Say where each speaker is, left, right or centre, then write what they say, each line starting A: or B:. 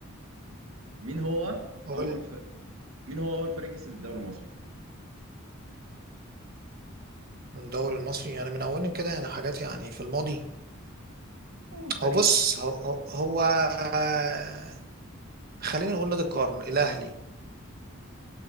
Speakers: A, on the right (about 85°); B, on the right (about 45°).
A: مين هو
B: قول
A: اول
B: لي
A: ف... مين هو اول فريق كسب الدوري المصري
B: الدوري المصري يعني من اولهم كده يعني حاجات يعني في الماضي
A: اول فريق
B: هو بص هو هو, هو آه، خلينا نقول نادي القرن الاهلي ان